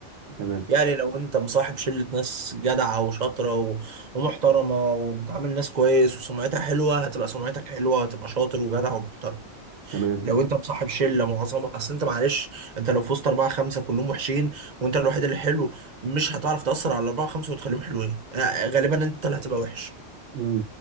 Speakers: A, on the right; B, on the right.
A: تمام
B: يعني لو انت مصاحب شلة ناس جدعة وشاطرة و... ومحترمة وبتعامل ناس كويس وسمعتها حلوة هتبقى سمعتك حلوة وهتبقى شاطر وجدع ومحترم
A: تمام
B: لو انت مصاحب شله معظم اصل انت معلش انت لو في وسط اربعه خمسه كلهم وحشين وانت الوحيد اللي حلو مش هتعرف تاثر على الاربعه خمسه وتخليهم حلوين آه، غالبا انت اللي هتبقى وحش
A: امم